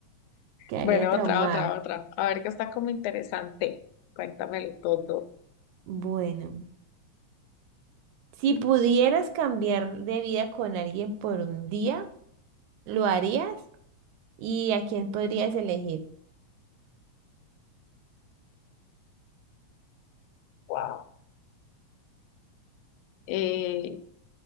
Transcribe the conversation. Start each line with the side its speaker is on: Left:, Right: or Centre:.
Right: Quedaría
Left: Bueno,
Right: traumada.
Left: otra, otra, otra. A ver, que está como interesante. Cuéntamelo todo.
Right: Bueno, si pudieras cambiar de vida con alguien por un día, ¿lo harías? ¿Y a quién podrías elegir?
Left: Wow. Eh,